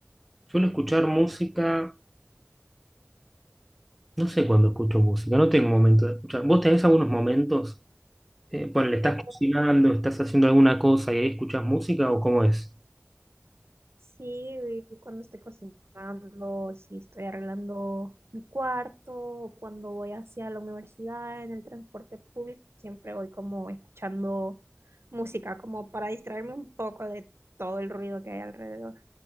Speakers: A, in the centre; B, on the right.
A: Suelo escuchar música, no sé cuándo escucho música, no tengo momento de escuchar. ¿Vos tenés algunos momentos? Eh, ponele, estás
B: Eh,
A: cocinando, estás haciendo alguna cosa y ahí escuchás música o cómo es?
B: Sí, güey, cuando estoy cocinando, si estoy arreglando mi cuarto, o cuando voy hacia la universidad en el transporte público, siempre voy como escuchando música, como para distraerme un poco de todo el ruido que hay alrededor.